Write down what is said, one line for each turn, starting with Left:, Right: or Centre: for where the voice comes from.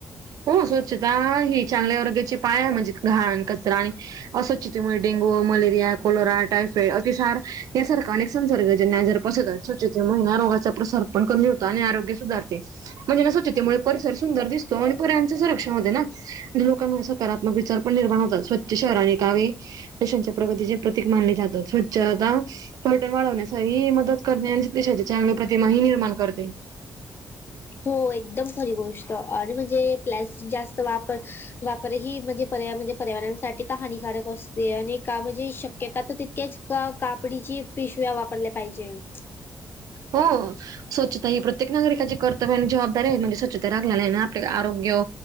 Right: हो स्वच्छता ही चांगल्या आरोग्याचे पाया आहे. म्हणजे घाण कचरा आणि, अस्वच्छतेमुळे डेंगू मलेरिया. कोलोरा, टायफॉईड, अतिसार यासारखा अनेक संसर्गजन्य आजार पसरतात, स्वच्छतेचा आरोग्याचा प्रसार. पण कमी होतो आणि आरोग्य सुधारते म्हणजे ना स्वच्छतेमुळे परिसर सुंदर दिसतो आणि त्यांची सुरक्षा होते ना लोकां सकारात्मक पण निर्माण होतात स्वच्छ शहर आणि गावे पैशांच्या प्रगतीचे प्रतीक मानले जात स्वच्छता पर्यटन वाढवण्यासही मदत करते आणि प्रतिमाही निर्माण करते
Left: हो एकदम खरी गोष्ट आणि म्हणजे प्लॅस्टिक जास्त वापर वापर ही म्हणजे पर्या म्हणजे पर्यावरणासाठी तर हानिकारक असते आणि का म्हणजे शक्यता तर तितकेच कापडीची पिशव्या वापरल्या पाहिजेल
Right: हा स्वच्छता ही प्रत्येक नागरिकाची कर्तव्य आणि जबाबदारी आहे म्हणजे स्वच्छता रागले नाही आहे ना आपले आरोग्य